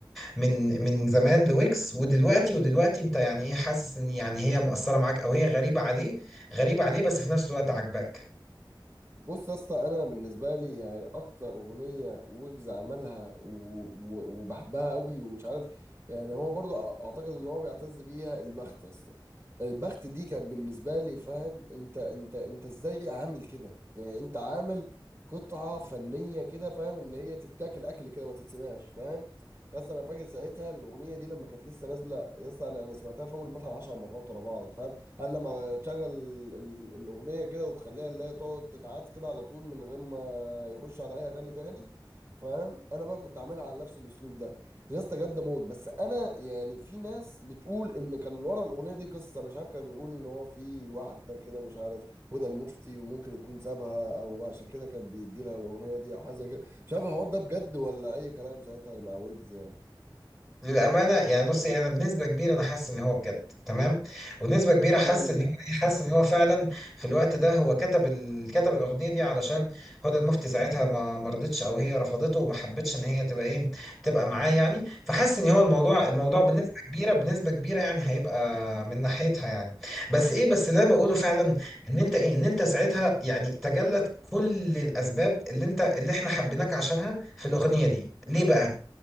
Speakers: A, in the centre; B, on the right.
A: من من زمان لويجز ودلوقتي ودلوقتي انت يعني ايه حاسس ان يعني هي مؤثرة معاك او هي غريبة عليه غريبة عليه بس في نفس الوقت عاجباك
B: بص يا اسطى انا بالنسبه لي يعني اكتر اغنيه ويجز عملها و- و- وبحبها قوي ومش عارف يعني هو برضو أ- اعتقد ان هو بيعتز بيها البخت يا اسطى البخت دي كانت بالنسبه لي فاهم انت انت انت ازاي عامل كده يعني انت عامل قطعه فنيه كده فاهم اللي هي تتاكل اكل كده ما تتسمعش فاهم يا اسطى انا فاكر ساعتها الاغنيه دي لما كانت لسه نازله يا اسطى انا انا سمعتها في اول مثلا 10 مرات ورا بعض فاهم هل لما تشغل ال- الأغنية كده وتخليها اللي هي تقعد تتعاد كده على طول من غير ما يخش على أي أغاني تاني فاهم أنا بقى كنت عاملها على نفس الأسلوب ده يا اسطى جد موت بس أنا يعني في ناس بتقول إن كان ورا الأغنية دي قصة مش عارف كان بيقول إن هو في واحدة كده مش عارف هدى المفتي وممكن يكون سابها أو عشان كده كان بيدي لها الأغنية دي أو حاجة زي كده مش عارف الحوار ده بجد ولا أي كلام ساعتها مع ويجز يعني
A: للأمانة يعني بصي أنا بنسبة كبيرة أنا حاسس إن هو بجد تمام ونسبة كبيرة حاسس
B: امم
A: إن هو حاسس إن هو فعلا في الوقت ده هو كتب ال... كتب الأغنية دي علشان هدى المفتي ساعتها ما ما رضتش أو هي رفضته وما حبتش إن هي تبقى إيه تبقى معاه يعني فحاسس إن هو الموضوع الموضوع
B: امم
A: بنسبة كبيرة بنسبة كبيرة يعني هيبقى من ناحيتها يعني بس إيه بس اللي أنا بقوله فعلا إن أنت إيه إن أنت ساعتها يعني تجلت كل الأسباب اللي أنت اللي إحنا حبيناك عشانها في الأغنية دي ليه بقى؟